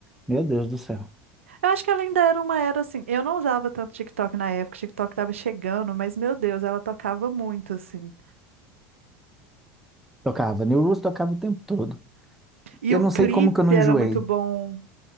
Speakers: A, in the centre; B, on the right (about 70°).
A: meu Deus do céu.
B: Eu acho que ela ainda era uma era assim. Eu não usava tanto TikTok na época, o TikTok tava chegando, mas meu Deus, ela tocava muito assim.
A: Tocava, New Rules tocava o tempo todo.
B: E
A: Eu
B: o
A: não
B: clipe
A: sei como que eu não
B: era
A: enjoei.
B: muito bom.